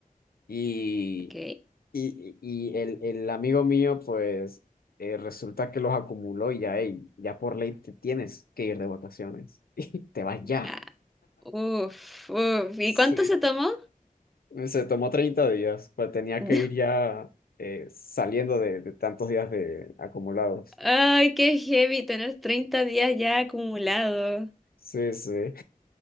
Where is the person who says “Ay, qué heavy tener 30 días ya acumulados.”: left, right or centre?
Centre